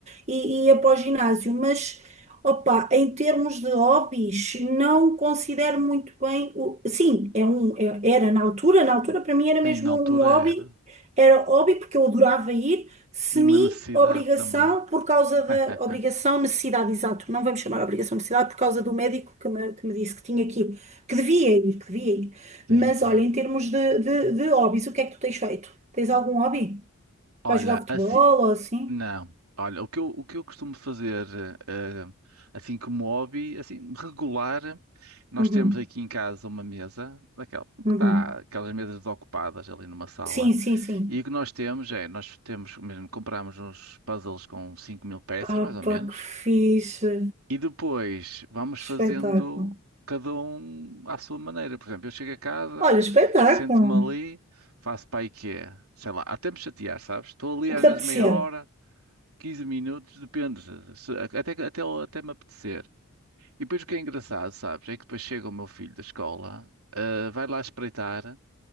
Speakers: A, on the right; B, on the right.
A: e e ia para o ginásio, mas opa, em termos de hobbies, não considero muito bem o. Sim, é um, é- era na altura, na altura para mim
B: <laughs>
A: era mesmo
B: sim, na altura
A: um hobby,
B: era.
A: era hobby porque eu adorava ir, semi-obrigação
B: E uma necessidade também.
A: por causa
B: <laughs>
A: da obrigação, necessidade, exato, não vamos chamar obrigação, necessidade, por causa do médico que me, que me disse que tinha que ir, que devia ir, que devia ir.
B: Sim,
A: Mas
B: sim.
A: olha, em termos de, de, de hobbies, o que é que tu tens feito? Tens algum hobby?
B: Olha,
A: Vais jogar futebol
B: assim
A: ou assim?
B: Não. Olha, o que eu, o que eu costumo fazer, eh, assim como hobby, assim, regular, nós
A: Uhum,
B: temos aqui em casa uma mesa, daquela, que
A: uhum.
B: está, aquelas mesas ocupadas ali numa sala,
A: Sim, sim, sim.
B: e o que nós temos é, nós temos, mesmo, compramos uns puzzles com cinco mil peças,
A: Opa,
B: mais ou menos,
A: que fixe.
B: e depois vamos
A: Espetáculo.
B: fazendo cada um à sua maneira. Por exemplo, eu chego a casa,
A: Olha, espetáculo.
B: sento-me ali, faço para aí quê? Sei lá, até me chatear, sabes? Estou ali
A: O
B: às
A: que te
B: vezes
A: apetecer.
B: meia hora 15 minutos, depende, se- até, que- até, até me apetecer. E depois o que é engraçado, sabes, é que depois chega o meu filho da escola, ah, vai lá espreitar